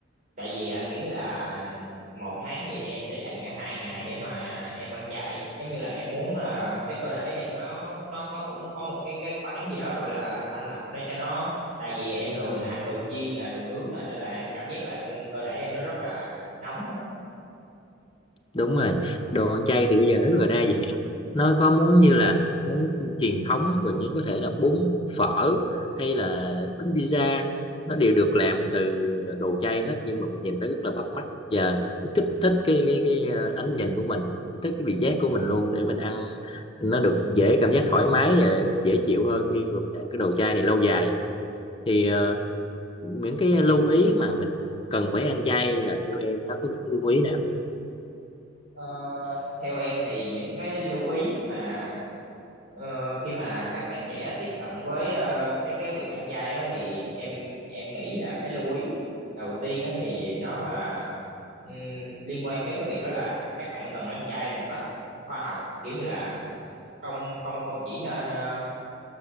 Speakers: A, on the right; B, on the left.
A: tại vì ờ, kiểu như là một tháng gì thì em sẽ dành ra hai ngày để mà em ăn chay giống như là em muốn là cái cơ thể em nó nó nó cũng có một cái cái khoảng gì đó gọi là thanh lọc để cho nó tại vì em thường
B: ừ
A: là ăn đồ chiên là đồ nướng là nên là em cảm giác là trong cơ thể em nó rất là nóng á.
B: đúng rồi đồ ăn chay thì bây giờ nó rất là đa dạng nó có muốn như là muốn truyền thống và những có thể là bún phở hay là bánh pizza nó đều được làm từ đồ chay hết nhưng mà mình nhìn nó rất là bắt mắt và nó kích thích cái cái cái ờ, ánh nhìn của mình kích thích cái vị giác của mình luôn để mình ăn nó được dễ cảm giác thoải mái và dễ chịu hơn khi mà mình ăn cái đồ chay này lâu dài thì ờ, những cái lưu ý mà mình cần phải ăn chay là theo em nó có những lưu ý nào
A: Ờ, theo em thì những cái lưu ý mà Ờ, khi mà các bạn trẻ tiếp cận với ờ, cái cái việc ăn chay á, thì em em nghĩ là cái lưu ý đầu tiên á, thì nó là ừm, liên quan tới cái việc đó là các bạn cần ăn chay một cách khoa học kiểu như là không không không chỉ nên ờ,